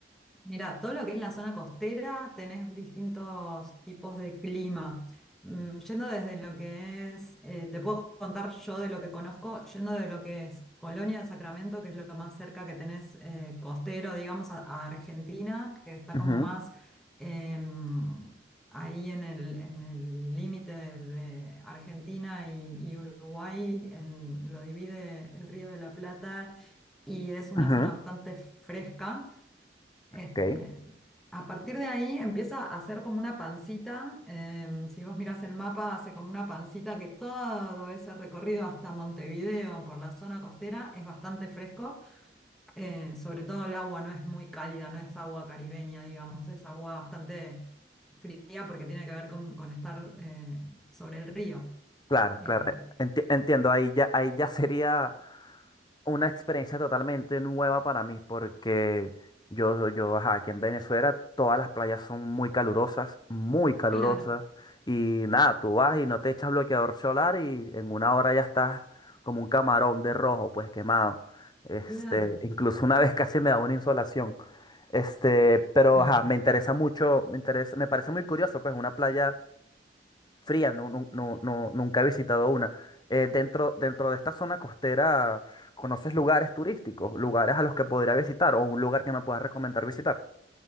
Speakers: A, in the centre; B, on the left.
A: Mira, todo lo que es la zona costera, tenés distintos tipos de clima. Mm, yendo desde lo que es, eh, te puedo contar yo de lo que conozco, yendo de lo que es Colonia de Sacramento, que es lo más cerca que tenés eh, costero, digamos, a, a Argentina, que está
B: Ujú,
A: como más em, ahí en el, en el límite de, de Argentina y, y Uruguay, en- lo divide el Río de la Plata y es una
B: Ujú.
A: zona bastante fresca
B: Ok.
A: este, a partir de ahí empieza a hacer como una pancita. em, si vos mirás el mapa, hace como una pancita que todo ese recorrido hasta Montevideo por la zona costera es bastante fresco. eh, sobre todo el agua no es muy cálida, no es agua caribeña, digamos, es agua bastante fría porque tiene que ver con, con estar eh, sobre el río.
B: Claro,
A: Eh,
B: claro. eh, enti- entiendo, ahí ya, ahí ya sería una experiencia totalmente nueva para mí, porque yo, yo, ajá, aquí en Venezuela todas las playas son muy calurosas, muy calurosas,
A: claro,
B: y nada, tú vas y no te echas bloqueador solar y en una hora ya estás como un camarón de rojo, pues quemado. Este,
A: claro.
B: incluso una <laughs> vez casi me da una insolación. Este, pero
A: <laughs>
B: ajá, me interesa mucho, me interesa, me parece muy curioso, pues una playa fría, no, no, no, no- nunca he visitado una. Eh, dentro, dentro de esta zona costera, ¿conoces lugares turísticos? ¿Lugares a los que podría visitar o un lugar que me puedas recomendar visitar?